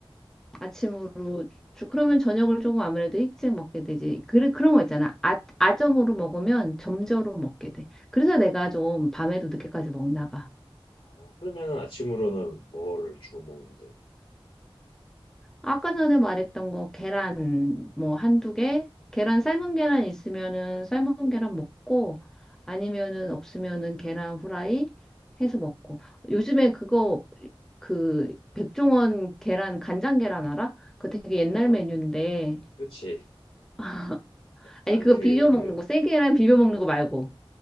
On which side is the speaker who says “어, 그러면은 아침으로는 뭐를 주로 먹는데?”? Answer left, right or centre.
Left